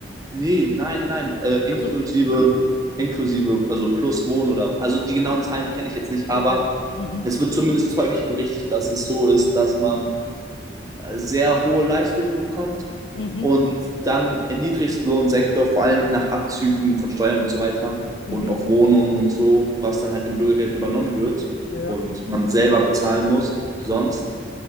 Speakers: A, on the right (about 20°); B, on the left (about 60°).
A: Nee, nein, nein, nein, äh, inklusive,
B: Ach so,
A: inklusive, also plus Wohnen oder, also die genauen Zahlen kenne ich jetzt nicht, aber
B: okay. Mhm,
A: es wird zumindest häufig berichtet, dass es so ist, dass man äh, sehr hohe Leistungen bekommt
B: mhm,
A: und dann im Niedriglohnsektor vor allem nach Abzügen von Steuern und so weiter
B: mhm,
A: und auch Wohnungen und so, was dann halt im Bürgergeld übernommen wird
B: ja,
A: und man selber bezahlen muss, sonst,